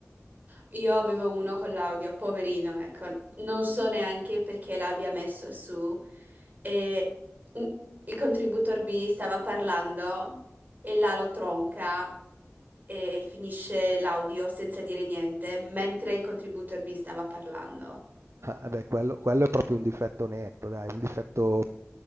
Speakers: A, on the right; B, on the right.
A: Io avevo uno con l'audio, poverino, ecco, non so neanche perché l'abbia messo su. E un- il contributor B stava parlando e là lo tronca e finisce l'audio senza dire niente, mentre il contributor B stava parlando.
B: Eh beh, quello, quello è proprio un difetto netto, dai, un difetto,